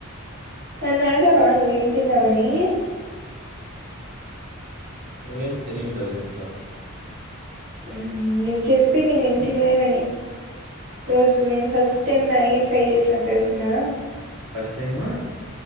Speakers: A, on the right; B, on the right.
A: నాని అడగవా ఏం తినవు అని తిన్నావని
B: ఏం తినింటవ్ ఇంట్లో
A: హమ్ నేన్ చెప్పి నేను తినలేను అని రోజు నేను ఫస్ట్ తె మ్యాగీ ట్రై చేస్త తెలుసునా
B: first time